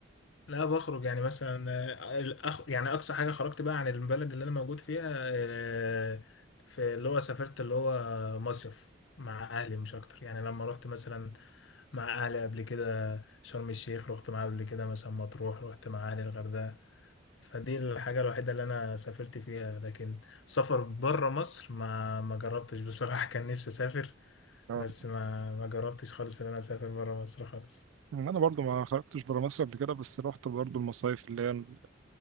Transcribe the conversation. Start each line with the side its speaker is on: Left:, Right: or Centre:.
Left: لا بخرج يعني مثلا آه، الأخ... يعني اقصى حاجه خرجت بقى عن البلد اللي انا موجود فيها آه، في اللي هو سافرت اللي هو مصيف مع اهلي مش اكتر يعني لما رحت مثلا مع اهلي قبل كده شرم الشيخ رحت معاه قبل كده مثلا مطروح رحت مع اهلي الغردقه فدي الحاجه الوحيده اللي انا سافرت فيها لكن سفر بره مصر ما ما جربتش بصراحه <laughs> كان نفسي اسافر
Right: اه
Left: بس ما ما جربتش خالص ان انا اسافر بره مصر خالص
Right: مم، انا برضو ما خرجتش برا مصر قبل كده بس رحت برضو المصايف اللي هي ال-